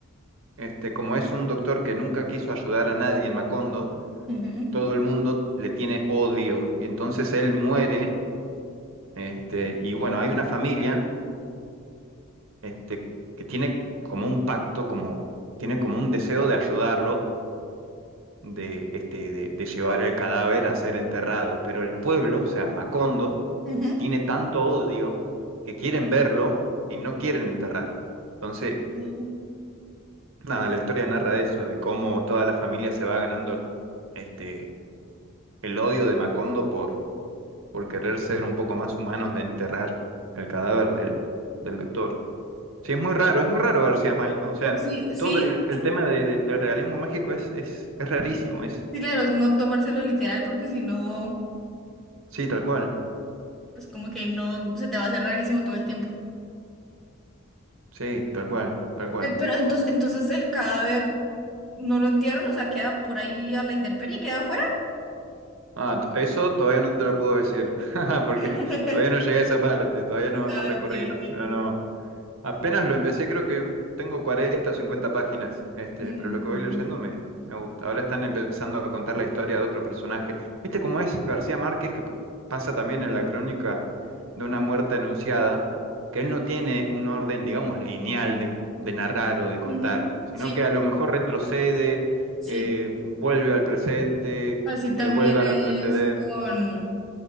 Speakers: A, on the right; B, in the centre.
A: este, como es un doctor que nunca quiso ayudar a nadie en Macondo,
B: ujú,
A: todo el mundo le tiene odio. Y entonces él muere, este, y bueno, hay una familia este, que tiene como un pacto, como, tiene como un deseo de ayudarlo, de, este, de, de llevar el cadáver a ser enterrado. Pero el pueblo, o sea, Macondo,
B: ujú.
A: tiene tanto odio que quieren verlo y no quieren enterrarlo. Entonces,
B: Sí.
A: nada, la historia narra de eso, de cómo toda la familia se va ganando este, el odio de Macondo por, por querer ser un poco más humanos de enterrar el cadáver del, del doctor. Sí, es muy raro, es muy raro García Márquez. O sea,
B: O sí, sí,
A: todo el, el tema de- de- del realismo mágico es, es, es rarísimo, es.
B: sí, claro, no tomárselo literal porque si no,
A: Sí, tal cual.
B: pues como que no, se te va a hacer rarísimo todo el tiempo.
A: Sí, tal cual, tal cual.
B: Eh, Pero entonces, entonces el cadáver no lo entierran, o sea, queda por ahí a la intemperie, queda afuera.
A: Ah, t- eso todavía no te lo puedo decir, <laughs> porque
B: <laughs>
A: todavía no llegué a esa parte, todavía no,
B: Ah,
A: no recorrí,
B: ok,
A: no,
B: ok.
A: no. Apenas lo empecé, creo que tengo 40 o 50 páginas, este,
B: Mm,
A: pero lo que voy leyendo me, me gusta. Ahora están empezando a contar la historia de otro personaje. ¿Viste cómo es García Márquez, que pasa también en la crónica de una muerte anunciada, que él no tiene un orden, digamos, lineal de, de narrar o de contar,
B: ujú,
A: sino
B: Sí,
A: que a lo mejor retrocede,
B: sí.
A: eh, vuelve al presente,
B: Así también
A: eh, vuelve a
B: es
A: retroceder
B: con...